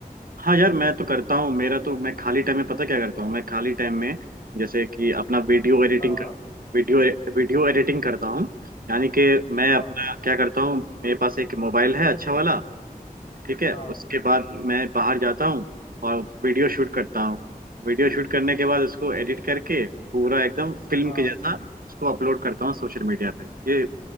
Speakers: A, on the right; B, on the left.
A: हाँ यार मैं तो करता हूँ मेरा तो मैं खाली टाइम में पता क्या करता हूँ मैं खाली टाइम में जैसे कि अपना वीडियो एडिटिंग
B: हाँ
A: कर वीडियो वीडियो एडिटिंग करता हूँ यानी कि मैं
B: हाँ
A: अपना क्या करता हूँ मेरे पास एक मोबाइल है अच्छा वाला ठीक है
B: हाँ
A: उसके बाद मैं बाहर जाता हूँ और वीडियो शूट करता हूँ वीडियो शूट करने के बाद उसको एडिट करके पूरा एकदम फिल्म
B: हाँ
A: के जैसा उसको अपलोड करता हूँ सोशल मीडिया पे ये